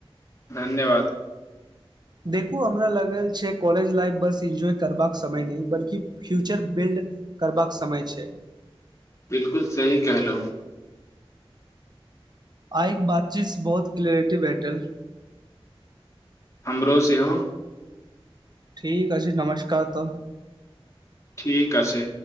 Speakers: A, on the left (about 30°); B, on the right (about 45°).
A: धन्यवाद
B: देखू हमरा ल कॉलज लाइफ बस एन्जॉय करबाक समय न बल्की फ्यूचर बिल्ड करबाक समय छै
A: बिलकु सही कहलहु
B: आइक बातचीत बहुत क्लियरिटि ब एटल
A: हमरो सेहो
B: ठीक छै नमस्कार त
A: ठीक अ छै